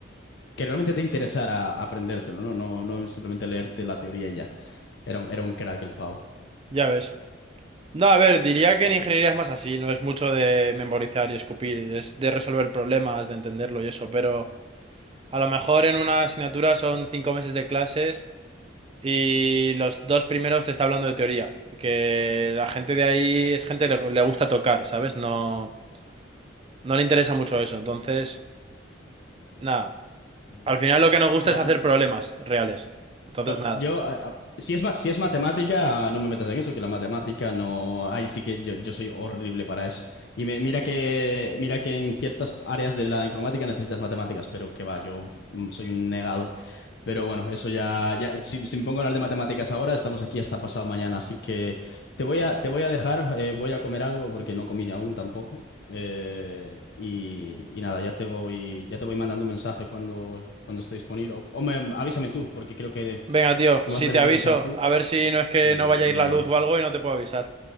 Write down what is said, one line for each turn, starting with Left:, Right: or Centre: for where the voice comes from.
Left: que realmente te interesara aprendértelo, ¿no? No, no simplemente leerte la teoría y ya. Era, un- era un crack el pavo.
Right: ya ves. No, a ver, diría que en ingeniería es más así, no es mucho de memorizar y escupir, es de resolver problemas, de entenderlo y eso, pero a lo mejor en una asignatura son cinco meses de clases y los dos primeros te está hablando de teoría, que la gente de ahí es gente que le, le gusta tocar, ¿sabes? No, no le interesa mucho eso, entonces, nada,
Left: Mm.
Right: al final lo que nos gusta
Left: Ya,
Right: es hacer
Left: no,
Right: problemas reales, entonces
Left: pero
Right: nada.
Left: yo, ah, ah, si es, ma- si es matemática, no me metas en eso, que la matemática no. Ahí sí que yo, yo soy horrible para eso. Y me- mira que, mira que en ciertas áreas de la informática necesitas matemáticas, pero que va, yo mm, soy un negado. Pero bueno, eso ya, ya si, si me pongo a hablar de matemáticas ahora, estamos aquí hasta pasado mañana, así que te voy a, te voy a dejar, eh, voy a comer algo porque no comí aún tampoco. eh, y, y nada, ya te voy, ya te voy mandando un mensaje cuando, cuando esté disponible. O, o me- avísame tú, porque creo que
Right: Venga, tío,
Left: me
Right: si
Left: vas a tener
Right: te aviso,
Left: que avisar tú
Right: a ver si no es que
Left: y,
Right: no vaya a ir
Left: y ya
Right: la
Left: hablamos.
Right: luz o algo y no te puedo avisar.